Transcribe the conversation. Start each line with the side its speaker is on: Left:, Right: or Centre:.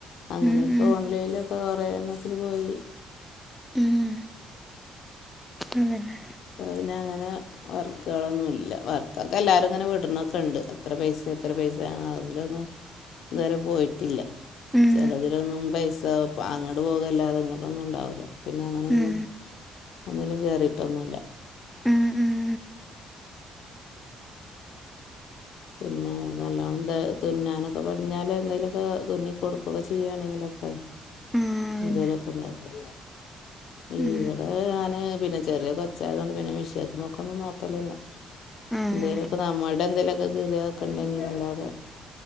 Left: അങ്ങനെയൊക്കെ
Centre: ഉം ഉം
Left: ഓൺലൈനിലൊക്കെ കൊറെ എണ്ണത്തിന് പോയി
Centre: ഉം അതന്നെ
Left: അതുപിന്നങ്ങനെ വർക്ക്കളൊന്നുല്ല. വർക്കൊക്കെ എല്ലാരും ഇങ്ങനെ വിടണൊക്കെണ്ട്. അത്ര പൈസെ ഇത്ര പൈസെ അയ്ലൊന്നും ഇതുവരെ പോയിട്ടില്ല.
Centre: ഉം
Left: ചെലതിലൊന്നും പൈസ അങ്ങട്ട് പോകല്ലാതെ ഇങ്ങട്ടൊന്നും ഉണ്ടാവൂല്ല പിന്നെ അങ്ങനൊന്നും
Centre: ഉം
Left: ഒന്നിലും കേറിട്ടൊന്നുല്ല.
Centre: ഉം ഉം
Left: പിന്നെ നല്ലവണ്ണം ദ് തുന്നാനൊക്കെ പടിഞ്ഞാൽ എന്തേലൊക്കെ തുന്നി കൊടുക്കൊക്കെ ചെയ്യാണെങ്കിലൊക്കെ
Centre: ആഹ് അതന്നെ
Left: എന്തേലൊക്കെ ഉണ്ടാക്കും. ഈ
Centre: ഉം
Left: വടെ ഏഹ് ഞാന് പിന്നെ ചെറിയ കൊച്ചായതുകൊണ്ട് പിന്നെ മെഷേൻത്തുമൊക്കൊന്നും നോക്കലില്ല.
Centre: ആഹ്
Left: എന്തേലൊക്കെ
Centre: ആഹ്
Left: നമ്മൾടെ എന്തേലൊക്കെ കീറിയതൊക്കെ ഉണ്ടെങ്കി അല്ലാതെ